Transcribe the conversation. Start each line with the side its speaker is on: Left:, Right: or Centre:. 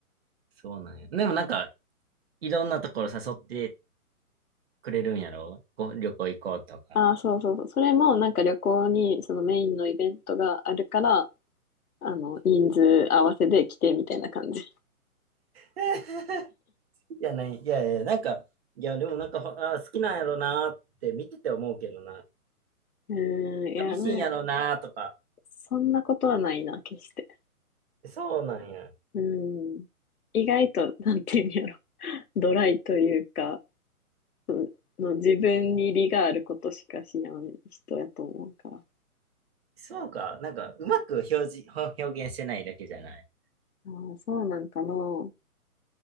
Right: そうなんや。でもなんか、いろんなところ誘ってくれるんやろご旅行行こうとか。
Left: ああ、そうそうそう。それもなんか旅行にそのメインのイベントがあるから、あの、人数合わせで来てみたいな感じ。
Right: <laughs> いや、ない、いやいや、なんか、いや、でもなんか、ほあー、好きなんやろなーって見てて思うけどな。
Left: うーん、いや、
Right: ミシンやろなーとか。
Left: なんそんなことはないな、決して。
Right: そうなんや。
Left: うん。意外と、なんていうんやろ、<laughs> ドライというか、うんの自分に利があることしかしない人やと思うから。
Right: そうか。なんか、うまく表示、ほ表現してないだけじゃない。
Left: ああ、そうなんかな。